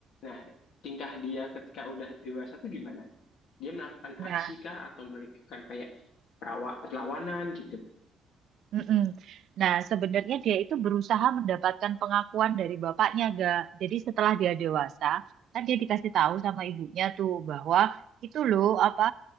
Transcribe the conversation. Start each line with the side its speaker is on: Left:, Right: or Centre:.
Left: Nah, tingkah dia ketika udah dewasa tuh gimana? Dia melakukan
Right: Nah,
Left: aksi kah atau melakukan kayak perawak perlawanan gitu?
Right: Mm-mm. Nah, sebenarnya dia itu berusaha mendapatkan pengakuan dari bapaknya, gak? Jadi setelah dia dewasa, kan dia dikasih tahu sama ibunya tuh bahwa itu loh apa